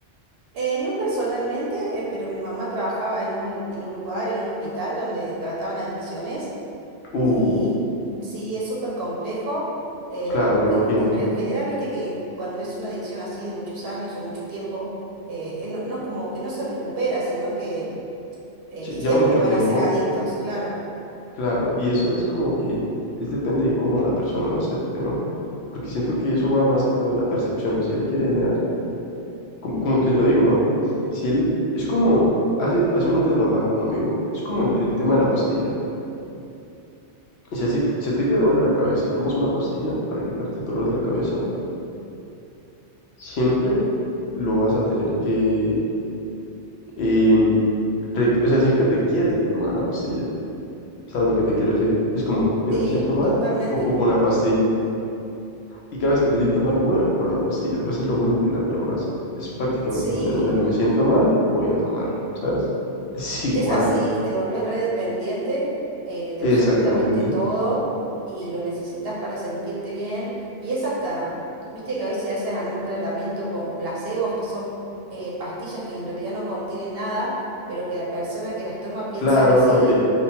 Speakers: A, on the right; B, on the left.
A: Eh, no personalmente, eh, pero mi mamá trabajaba en un, en un lugar, en un hospital donde trataban adicciones
B: Uh,
A: y sí, es súper complejo eh,
B: claro,
A: porque
B: me imagino,
A: en, en
B: ¿no?
A: re- general, viste que cuando es una adicción así de muchos años o mucho tiempo, eh, eh, no, no como que no se recupera, sino que eh,
B: Sí,
A: siempre
B: lleva mucho
A: van
B: tiempo,
A: a ser adictos, claro.
B: claro, y eso es como que es depende de cómo la persona lo acepte, ¿no? Porque siento que eso va más que todo de la percepción. Si él quiere, mira, como, como te lo digo, ¿no? Si él, es como, hace, hace unos días lo hablaba con un amigo, es como el, el tema de la pastilla. Si, así- si a ti te duele la cabeza y tomas una pastilla para quitarte el dolor de la cabeza, siempre lo vas a tener que, eh, requ- o sea, siempre requieres de tomar una pastilla. ¿Sabes lo que te quiero decir? Es como, mira,
A: Sí,
B: me siento mal,
A: totalmente.
B: ocupo una pastilla. Y cada vez que me siento mal, voy a ocupar una pastilla. Pues es lo mismo que las drogas. Es prácticamente
A: Sí.
B: lo mismo. Mira, me siento mal, voy a tomar, ¿sabes? Es igual,
A: Es así, te volvés redependiente eh, de
B: exactamente.
A: absolutamente todo y lo necesitas para sentirte bien. Y es hasta, viste que a veces haces algún tratamiento con placebos, que son eh, pastillas que en realidad no contienen nada, pero que la persona que las toma piensa
B: Claro,
A: que sí.
B: porque,